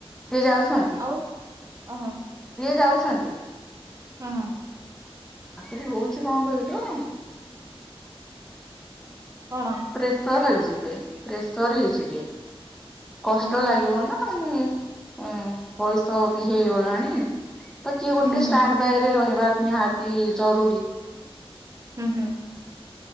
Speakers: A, in the centre; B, on the right (about 30°).
A: ସେ ଯାଉଛନ୍ତି।
B: ଆଉ
A: ସିଏ
B: ଓହୋ
A: ଯାଉଛନ୍ତି।
B: ହଁ, ହଁ।
A: ଆକ୍ଚ୍ୟଲି ହଉଛି କଣ କରୁଚ?
B: କଣ?
A: ପ୍ରେସର ହେଇଯିବେ ପ୍ରେସର ହେଇଯିବେ କଷ୍ଟ
B: ଓହୋ
A: ଲାଗିବ ନା ମାନେ ଏ ବୟସ ବି ହେଇଗଲାଣି ତ କିଏ ଗୋଟେ
B: ହୁଁ ହୁଁ
A: ଷ୍ଟାଣ୍ଡ ବାଇରେ ରହିବା ନିହା ଏ ଜରୁୁରୀ।
B: ହୁଁ ହୁଁ।